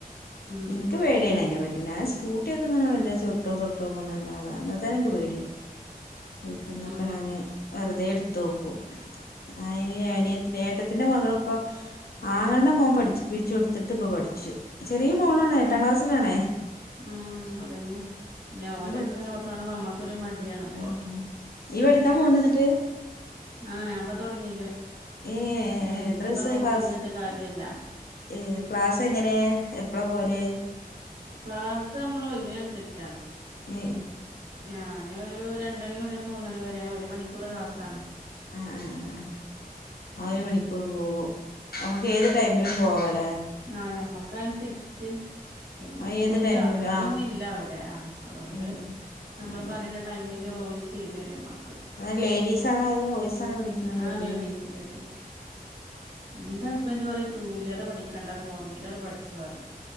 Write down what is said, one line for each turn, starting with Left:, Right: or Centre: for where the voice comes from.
Right: ഉം
Left: നിനക്ക് പേടിയണ അ പ ഞാൻ സ്കൂട്ടിയൊക്കെങ്ങനെവല്ല ചോട്ടോ തൊട്ടോ ക്കുന്നല്ലാത അല്ലാത്ത ന്നെ എനിക്ക് പേടിയാണ് വീട്ടന്നൊക്കെ
Right: ഉം
Left: ഞാൻ വെറുതെ എടുത്ത് നോക്കും അന
Right: ഉം
Left: ഏട്ട ത്തിന്റെ മകള ഇപ്പോൊ ആങ്ങളുടെ മുോൻ പഠ പിിച്ചു കൊടുത്തിട്ട് ഇ പഠിച്ചു ചെറിയ മകളാണ് ഏട്ട പസിലണ
Right: ഉം അതന്നെ പിന്നെ
Left: അവൻ
Right: ഓലൊക്കെ
Left: പഠിച്ചു
Right: ഇങ്ങനെ ഓട്ടണങ്ക നമ്മക്കൊരു മ ആ
Left: ഉം ഇയ്യ് പഠിക്കാൻ പോവ്ണ്ടോ ഇന്നിട്ട്
Right: ഞാനിപ്പംതുടങ്ങി
Left: ഏഹ്
Right: അ ഇനിയിപ്പ
Left: എത്ര ദിവസായി
Right: നോക്കിന്നിട്ട്
Left: ക്ലാസ്
Right: കാര്യല്ല
Left: ഏഹ് ക്ലാസ് എങ്ങനെ എപ്പളാ പോവല്
Right: ക്ലാസ് നമ്മളെ ഒഴിവിനനുസരിച്ചാണ്
Left: ഏ
Right: ഞാന് ഒരു രണ്ടുമണി മുതൽ മൂന്നുണി വരെ ഒരു മണിക്കൂർ ക്ലാസ്സാണ്
Left: ആഹ് ആഹ് ആ ആഹ് ഒരു
Right: ഉം
Left: മണിക്കൂർ പോകും നമുക്ക് ഏത് ടൈമിലും പോവാല്ലേ
Right: ആഹ് ഞമ്മക്ക് അനുസരിച്ച് പിന്നെ
Left: അത് ഏത്
Right: വലിയ
Left: ടൈമിലും
Right: ആൾക്കാരൊന്നും
Left: ആഹ്
Right: ഇല്ല അവിടെ ആഹ് അതൊണ്ട്
Left: ഏഹ് ഏഹ്
Right: നമ്മള് പറയുന്ന ടൈമിൽ ജോലി ചെയ്തു തരുമാ
Left: അലേഡീസാണോ അതോ ബോയ്സാണോ വിളിക്കുന്നത് കുഴപ്പില്യ
Right: ആ ലേഡീസ് ലേഡീസ് എന്റെ ഹസ്ബൻഡ് പറയും ടു വീലർ പഠിക്കണ്ട ഫോർ വീലർ പഠിച്ചോ പറയും